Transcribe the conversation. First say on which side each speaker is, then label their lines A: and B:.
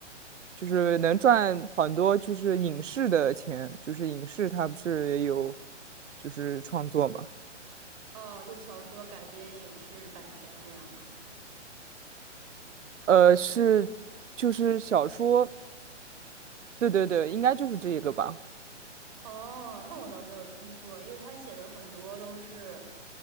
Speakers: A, on the right; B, on the right.
A: 就是能赚很多，就是影视的钱，就是影视他不是也有，就是创作嘛，
B: 哦，就小说改编影视版权这样吗？
A: 呃，是就是小说，对对对，应该就是这个吧。
B: 哦，那我倒没有听说，因为他写的很多都是，